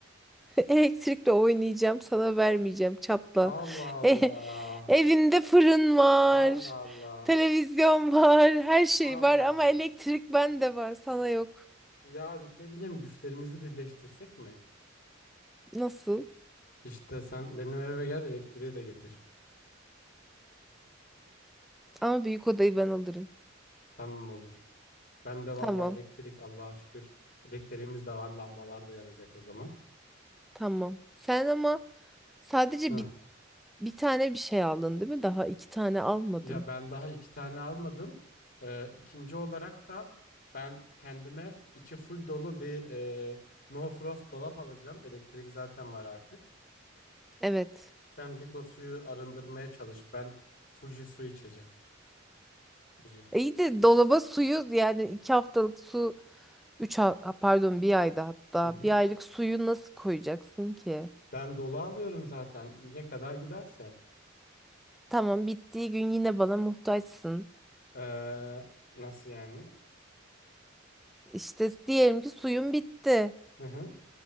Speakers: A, in the centre; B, on the left.
A: <laughs> Elektrikle oynayacağım, sana vermeyeceğim. Çatla.
B: Allah Allah.
A: E- evinde fırın var.
B: Allah Allah.
A: Televizyon var. Her şey
B: Allah
A: var ama
B: Allah.
A: elektrik bende var, sana yok.
B: Ya bir şey diyeceğim güçlerimizi birleştirsek mi?
A: Nasıl?
B: İşte sen benim eve gel elektriği de getir.
A: Ama büyük odayı ben alırım.
B: Tamam olur. Ben de vallahi
A: Tamam.
B: elektrik Allah'a şükür. Elektriğimiz de var. Lambalar da yanacak o zaman.
A: Tamam. Sen ama sadece
B: Heh.
A: bir, bir tane bir şey aldın değil mi? Daha iki tane almadın.
B: Ya ben daha iki tane almadım. Ee, ikinci olarak da ben kendime içi full dolu bir e, no frost dolap alacağım. Elektrik zaten var artık.
A: Evet.
B: Sen git o suyu arındırmaya çalış. Ben Fuji su içeceğim. Fuji.
A: E İyi de dolaba suyu yani iki haftalık su üç ha- ha, pardon bir ayda hatta
B: Hı hı.
A: bir aylık suyu nasıl koyacaksın ki?
B: Ben dolu alıyorum zaten. Ne kadar giderse.
A: Tamam bittiği gün yine bana muhtaçsın.
B: Ee, nasıl yani?
A: İşte diyelim ki suyun bitti.
B: Hı hı.